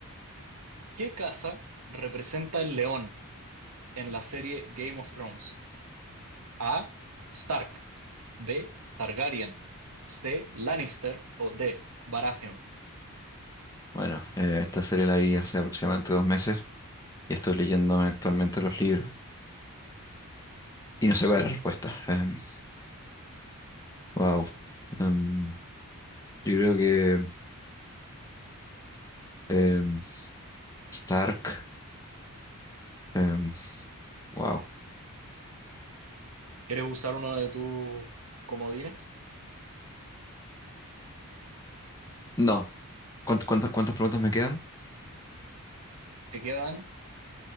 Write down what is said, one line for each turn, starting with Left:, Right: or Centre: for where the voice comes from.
Right: ¿Qué casa representa el león en la serie Game of Thrones? A. Stark. B. Targaryen. C. Lannister. O D. Baratheon.
Left: Bueno, eh, esta serie la vi hace aproximadamente dos meses y estoy leyéndome actualmente los libros y no sé cuál es la respuesta. Em, wow. Em, yo creo que em, Stark Em, wow.
Right: ¿Quieres usar uno de tus comodines?
Left: No. ¿Cuántas, cuántas, cuántas preguntas me quedan?
Right: Te quedan